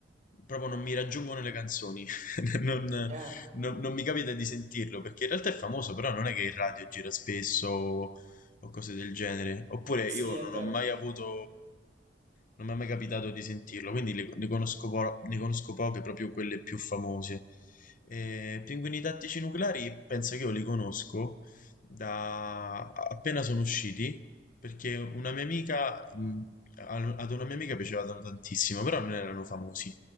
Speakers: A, on the left (about 45°); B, on the right (about 40°).
A: proprio non mi raggiungono le canzoni, <laughs> non,
B: Eh,
A: non- non mi capita di sentirlo perché in realtà è famoso, però non è che il radio gira spesso o, o cose del genere. Oppure
B: sì,
A: io
B: è
A: non
B: vero.
A: ho mai avuto Non mi è mai capitato di sentirlo, quindi le, ne conosco, po- ne conosco poche, proprio quelle più famose. Eh, pinguini tattici nucleari penso che io li conosco da appena sono usciti, perché una mia amica, mh, al- ad una mia amica piacevano tantissimo, però non erano famosi.